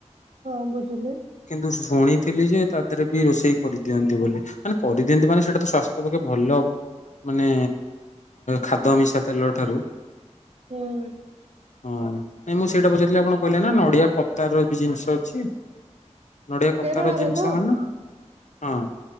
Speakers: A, on the right; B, on the left.
A: ହଁ ବୁଝିଲି।
B: କିନ୍ତୁ ଶୁଣିଥିଲି ଯେ ତା ଦେହରେ ବି ରୋଷେଇ କରିଛି। ଦିଅନ୍ତି ବୋଲି ମାନେ କରିଦିଅନ୍ତି ମାନେ ସେଇଟା ତ ସଵାସ୍ଥ୍ୟ ପକେ ଭଲ। ମାନେ ଖାଦ୍ୟ ମିଶା ତେଲ ଠାରୁ
A: ହୁଁ
B: ହଁ ନାଇଁ ମୁଁ ସେଇଟା ପଚାରଥିଲି ଆପଣ କହିଲେ ନା ନଡିଆ କପତାର ବି ଜିନିଷ ଅଛି। ନଡିଆ କତାର
A: କେରଳରେ
B: ଜିନିଷ
A: ତ
B: ମାନ ହଁ।